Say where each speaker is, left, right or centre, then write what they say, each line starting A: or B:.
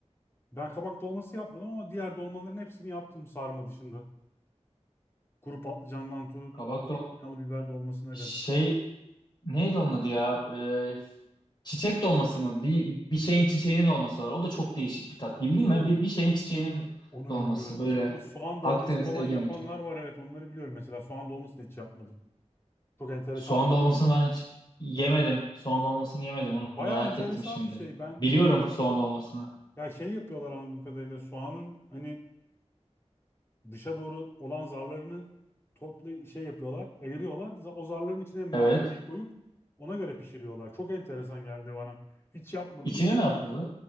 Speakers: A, on the left; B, on the left.
A: Ben kabak dolması yapmadım ama diğer dolmaların hepsini yaptım sarma dışında. Kuru patlıcandan tut,
B: Kabak dol
A: zeytinyağlı biber dolmasına
B: şey
A: kadar.
B: neydi onun adı ya? E, çiçek dolması mı? Bir bir şeyin çiçeğinin dolması var. O da çok değişik bir tat. Bildin
A: Yok,
B: mi? Bir, bir şeyin çiçeğinin
A: onu
B: dolması
A: bilmiyorum
B: böyle
A: hiç. Ama soğan
B: Akdeniz
A: dolması falan
B: Ege
A: yapanlar
B: mutfağı.
A: var evet onları biliyorum. Mesela soğan dolması da hiç yapmadım. Çok enteresan
B: Soğan
A: dolmalar.
B: dolmasını ben hiç yemedim. Soğan dolmasını yemedim. Onu
A: Bayağı
B: merak
A: enteresan
B: ettim şimdi.
A: bir şey. Ben
B: Biliyorum
A: yemek programı
B: soğan dolmasını.
A: ya şey yapıyorlar anladığım kadarıyla soğanın hani dışa doğru olan zarlarını toplu şey yapıyorlar, ayırıyorlar. Za- O zarların içine malzemeyi
B: Evet.
A: koyup ona göre pişiriyorlar. Çok enteresan geldi bana. Hiç yapmadım.
B: İçini ne yapıyorlar?